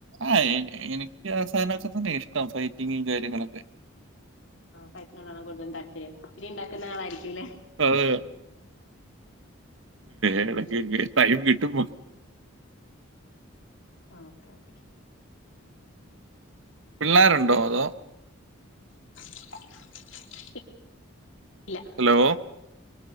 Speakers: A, on the right; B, on the left.
A: ആഹ് എ എനിക്ക് ആഹ് സാധനൊക്കെ തന്നെ ഇഷ്ടം ഫൈറ്റിംഗും കാര്യങ്ങളൊക്കെ
B: ആഹ് ഫൈറ്റിനോടാണോ കൂടുതലും താല്പര്യം ഇടി ഉണ്ടാക്കുന്ന ആളായിരിക്കുംല്ലേ
A: അതെ എനക്ക്
B: ഉം
A: ടൈം കിട്ടുമ്പൊ
B: ആഹ് ഓക്കേ ഓക്കേ
A: പിള്ളേരുണ്ടോ അതോ
B: <inaudible> ഇല്ല
A: ഹലോ